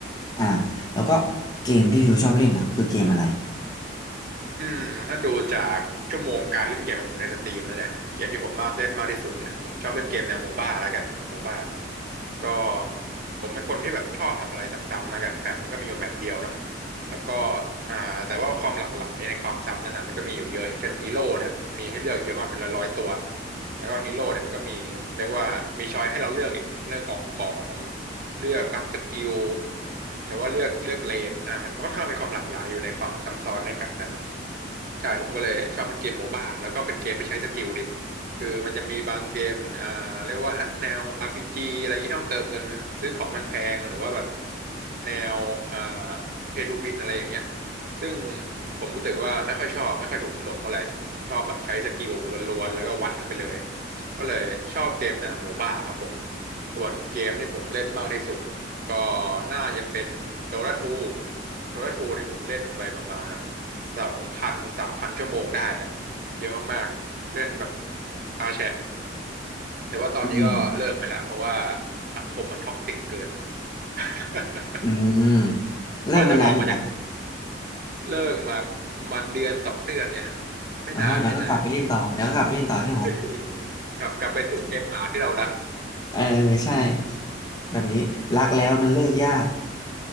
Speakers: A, on the left; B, on the right.
A: อ่ะแล้วก็เกมที่ฟิลชอบเล่นอ่ะคือเกมอะไร
B: อืมถ้าดูจากชั่วโมงการเล่นเกมของผมในสตรีมแล้วเนี่ยเกมที่ผมมาเล่นมากที่สุดเนี่ยผมชอบเล่นเกมแนวโมบ้าแล้วกันโมบ้าก็ผมเป็นคนที่แบบชอบทำอะไรซ้ำๆแล้วกันแมปมันก็มีอยู่แมปเดียวเนาะแล้วก็อ่าแต่ว่าความหลากหลายในความซ้ำนั่นน่ะมันก็มีอยู่เยอะอย่างเช่นฮีโร่เนี่ยมีให้เลือกเยอะมากเป็นร้อยๆตัวแล้วก็ฮีโร่เนี่ยมันก็มีเรียกว่ามีช้อยให้เราเลือกอีกเลือกออกของเลือกอัพสกิลหรือว่าเลือกเลือกเลนอ่ามันค่อนข้างมีความหลากหลายอยู่ในความซ้ำซ้อนในแมปนั้น ใช่ผมก็เลยชอบเล่นเกมโมบ้าแล้วก็เป็นเกมที่ใช้สกิลดิคือมันจะมีบางเกมอย่างอ่าเรียกว่านะแนว RPG อะไรอย่างนี้ต้องเติมเงินซื้อของแพงๆหรือว่าแบบแนวอ่าเพย์ทูวินอะไรอย่างเงี้ยซึ่งผมรู้สึกว่าไม่ค่อยชอบไม่ค่อยถูกโฉลกเท่าไหร่ชอบแบบใช้สกิลล้วนๆแล้วก็วัดกันไปเลยก็เลยชอบเกมแนวโมบ้าครับผมส่วนเกมที่ผมเล่นมากที่สุด ก็น่าจะเป็นโดราทูโดราทูเนี่ยผมเล่นไปประมาณแบบสองพันสามพันชั่วโมงได้อะเยอะมากๆเล่นแบบตาแฉะแต่ว่าตอนนี้ก็เลิกไปแล้วเพราะว่า
A: อืม
B: สังคมมันท็อกซิกเกิน <laughs>
A: อืมเลิกมานนานอย่างครับ
B: กว่าจะออกมาจากเลิกมามันเดือนสองเดือนเนี่ยฮะไม่นานไม่นาน
A: โอ้ยเดี๋ยวก็กลับไปเล่นต่อเดี๋ยวก็กลับไปเล่นต่อใช่ไหมผม
B: <laughs> กลับกลับไปสู่เกมหมาที่เรารัก
A: <laughs> เออใช่แบบนี้รักแล้วมันเลิกยาก